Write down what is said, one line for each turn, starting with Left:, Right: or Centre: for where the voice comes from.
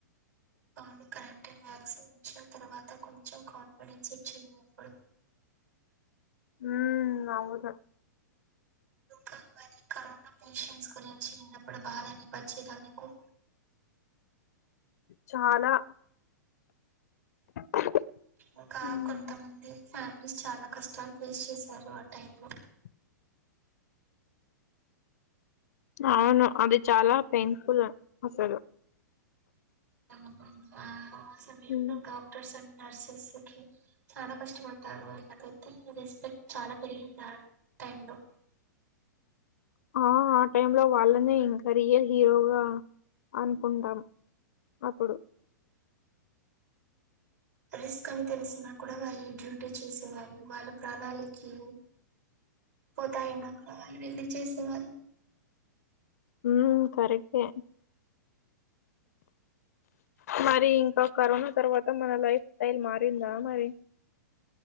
Right: అవును కరెక్టే వ్యాక్సిన్ వచ్చిన తర్వాత కొంచెం కాన్ఫిడెన్స్ ఇచ్చింది అప్పుడు
Left: ఉమ్మ్ అవును <inaudible>
Right: ఇంకా మరి కరోనా పేషెంట్స్ గురించి ఇన్నప్పుడు బాధ అనిపిచేదా నీకు
Left: చాలా <inaudible>
Right: ఇంకా
Left: ఉమ్,
Right: కొంతమంది ఫ్యామిలీస్ చాలా కష్టాలు ఫేస్ చేసారు ఆ టైం లో
Left: <inaudible> అవును అది చాలా పెయిన్ఫుల్ అసలు
Right: అవునవును ఆ సమయం
Left: ఉమ్,
Right: డాక్టర్ అని నర్సస్‌కి చాలా కష్టపడతారు వాళ్ళకైతే రెస్పెక్ట్ చాలా పెరిగింది అ టైంలో
Left: ఆ ఆ టైమ్లో వాళ్ళనే ఇంకా రియల్ హీరోగా అనుకుంటారు అప్పుడు అ
Right: రిస్క్ అని తెలిసినా కూడా వాళ్ళు డ్యూటీ చేసే వాళ్ళు వాళ్ళ ప్రాణాలకి పోతాయి మాకు వెళ్ళి చేసేవాళ్ళు
Left: మ్ కరెక్టే మరి ఇంకా కరోనా తర్వాత మన లైఫ్ స్టైల్ మారిందా మరి?